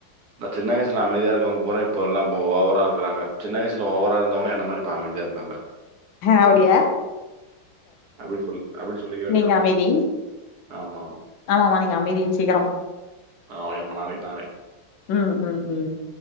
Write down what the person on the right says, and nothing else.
நா சின்ன வயசுல அமைதியா இருக்கவங்க போறே இப்பலா ஓவரா இருக்குறாங்க சின்ன வயசுல ஓவரா இருந்தவங்களா என்ன மாரி இப்ப அமைதியா இருக்காங்க
அப்டின்னு சொல் அப்டின்னு சொல்லிக்க வேண்டிதா
ஆமா ஆம்
ஆ ரொம்ப நாளைக் நானே